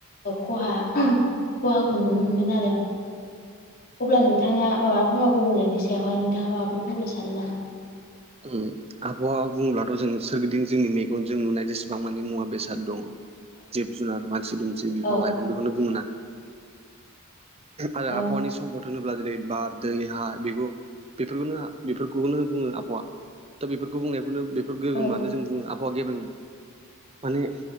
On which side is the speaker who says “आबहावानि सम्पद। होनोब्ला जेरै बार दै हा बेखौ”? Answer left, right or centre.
Right